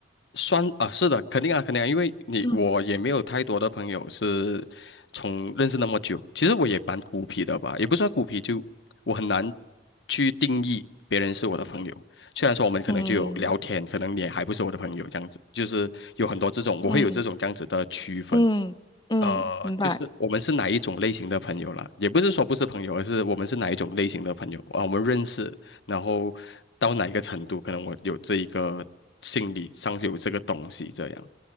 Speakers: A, on the left; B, on the left.
A: 算啊，是的，肯定啊，肯定啊，因为你我也没有太多的朋友是从认识那么久，
B: 嗯
A: 其实我也蛮孤僻的吧，也不算孤僻，就我很难去定义别人是我的朋友。虽然说我们可能就有聊天，
B: 嗯
A: 可能你还不是我的朋友这样子，就是有很多这种，我会有这种这样子的区分。
B: 嗯嗯嗯，
A: 呃，
B: 明白，
A: 就是我们是哪一种类型的朋友啦，也不是说不是朋友，而是我们是哪一种类型的朋友啊，我们认识，然后到哪一个程度，可能我有这一个心理上是有这个东西这样，